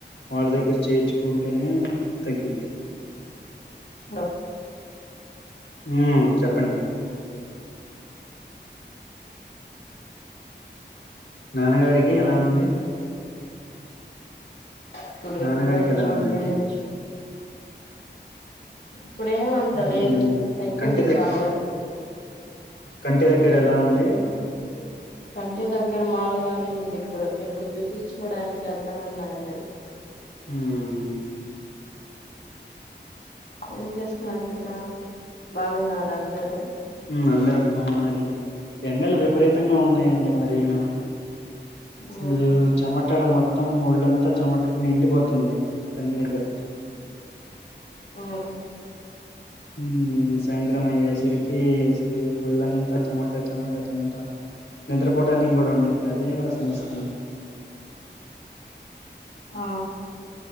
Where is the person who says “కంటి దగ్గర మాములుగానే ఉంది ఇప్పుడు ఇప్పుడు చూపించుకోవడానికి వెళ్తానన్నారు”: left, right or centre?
Left